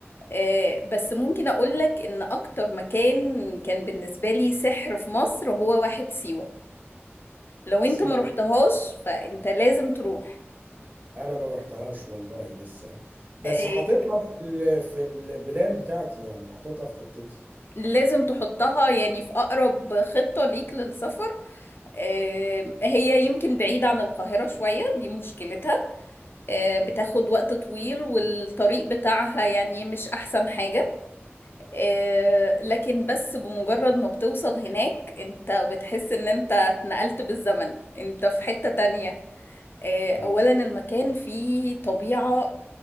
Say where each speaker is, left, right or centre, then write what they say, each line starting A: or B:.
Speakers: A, on the left; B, on the right.
A: آه، بس ممكن اقول لك ان اكتر مكان كان بالنسبه لي سحر في مصر هو واحد سيوه لو
B: سيوه
A: انت ما رحتهاش فانت لازم تروح
B: انا ما رحتهاش والله لسه بس
A: آه،
B: حاططها في ال- في البلان بتاعتي يعني حاططها في خطتي
A: لازم تحطها يعني في اقرب خطه ليك للسفر آه، هي يمكن بعيده عن القاهره شويه دي مشكلتها آه،
B: مم.
A: بتاخد وقت طويل والطريق بتاعها يعني مش احسن حاجه آه، لكن بس بمجرد ما بتوصل هناك انت بتحس ان انت اتنقلت بالزمن انت في حتة تانية آه،
B: مم.
A: اولا المكان فيه طبيعة